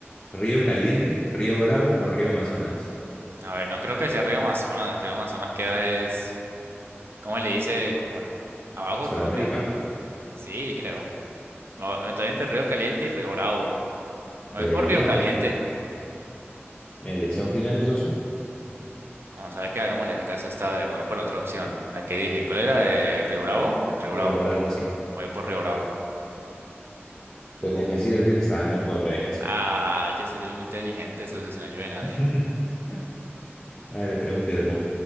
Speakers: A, on the left (about 20°); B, on the right (about 60°).
A: ¿Río Caliente, Río Bravo o Río Amazonas?
B: A ver, no creo que sea Río Amazonas. Río Amazonas queda es, ¿cómo le dice? Como en- abajo
A: ¿Suramérica?
B: de Colombia. Sí, creo. No, Entonces entre Río Caliente y Río Bravo. Me
A: Pues
B: voy por
A: elija,
B: Río Caliente.
A: socio. Elección final, socio.
B: Vamos a ver qué hagámosle el caso esta vez. Me voy por la otra opción. La que dije. ¿Cuál era? Eh, Río Bravo. Río
A: Río
B: Bravo.
A: Bravo, sí.
B: Me voy por Río Bravo.
A: Pues déjeme decir decir que estaba en lo correcto.
B: Ah, yo soy muy inteligente, socio, sin ayuda de nadie.
A: <laughs> A ver, pregúntese.